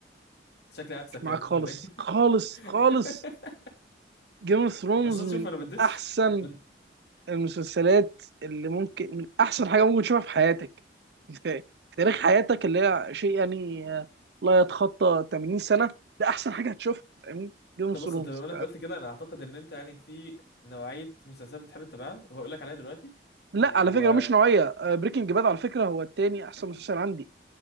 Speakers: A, on the left (about 65°); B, on the right (about 65°).
A: شكلي عكسك
B: مش
A: كده
B: معاك
A: <laughs> طب
B: خالص
A: ولا ايه؟ <laughs>
B: خالص خالص جيم اوف ثرونز
A: اصل
B: من
A: شوف انا ما اديتش
B: احسن
A: ما-
B: المسلسلات اللي ممكن من احسن حاجه ممكن تشوفها في حياتك في في تاريخ حياتك اللي هي شيء يعني آه، لا يتخطى 80 سنه ده احسن حاجه هتشوفها فاهمني جيم اوف
A: طب
B: ثرونز
A: بص انت بما انك قلت كده انا اعتقد ان انت يعني في نوعيه مسلسلات بتحب تتابعها وهقول لك عليها دلوقتي
B: لا
A: و
B: على فكره مش نوعيه بريكنج باد على فكره هو التاني احسن مسلسل عندي